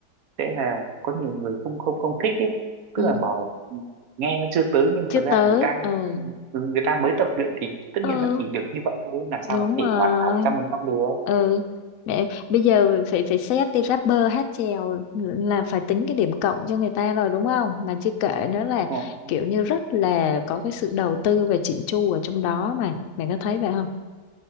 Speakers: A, on the right (about 65°); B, on the left (about 70°).
A: sẽ là có nhiều người không không không thích ấy tức
B: ừ
A: là bảo là, ừ, nghe nó chưa tới nhưng mà
B: chưa
A: thật
B: tới
A: ra là người ta
B: ừ
A: ừ, người ta mới tập luyện thì tất
B: ừ
A: nhiên nó chỉ được như vậy thôi làm sao
B: đúng
A: mà có
B: rồi
A: thể hoàn hảo một trăm phần trăm được
B: ừ mẹ bây giờ phải phải xét đi rapper hát chèo là phải tính cái điểm cộng cho người ta rồi đúng không mà chưa kể nữa là
A: đúng không?
B: kiểu như rất là có cái sự đầu tư và chỉnh chu ở trong đó mà mẹ có thấy vậy không